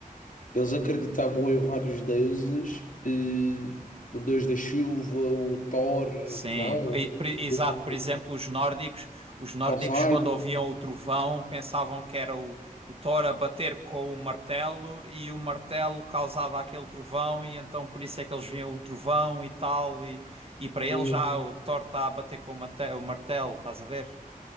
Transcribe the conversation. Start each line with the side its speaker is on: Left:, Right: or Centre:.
Left: Eles acreditavam em vários deuses, eh, o deus da chuva, o Thor,
Right: Sim,
Left: não,
Right: e-
Left: o
Right: por- exato. Por
Left: o
Right: exemplo, os nórdicos, os nórdicos
Left: Poseidon,
Right: quando ouviam o trovão pensavam que era o, o Thor a bater com o martelo e o martelo causava aquele trovão e então por isso é que eles viam o trovão e tal e, e para eles
Left: eh,
Right: já o Thor está a bater com o mate- o martelo, estás a ver?